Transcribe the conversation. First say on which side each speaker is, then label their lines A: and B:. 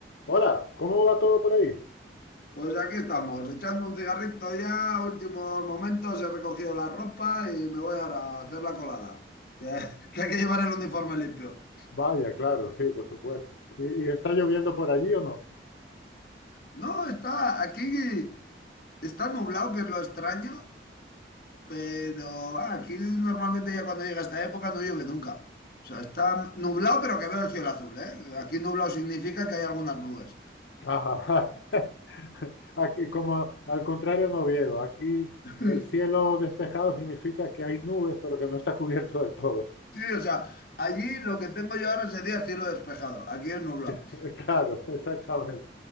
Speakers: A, on the left; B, on the left.
A: Hola, ¿cómo va todo por ahí?
B: Pues aquí estamos, echando un cigarrito ya, últimos momentos, he recogido la ropa y me voy ahora a hacer la colada, que, <laughs> que hay que llevar el uniforme limpio.
A: Vaya, claro, sí, por supuesto. ¿Y, y está lloviendo por allí o no?
B: No, está aquí, está nublado, que es lo extraño, pero va, aquí normalmente ya cuando llega esta época no llueve nunca. O sea, está nublado, pero que veo el cielo azul, ¿eh? Aquí nublado significa que hay algunas nubes.
A: Ajá. <laughs> Aquí, como al contrario en Oviedo, aquí
B: <laughs>
A: el cielo despejado significa que hay nubes, pero que no está cubierto del todo.
B: Sí, o sea, allí lo que tengo yo ahora sería cielo despejado, aquí es nublado.
A: <laughs> Claro, exactamente.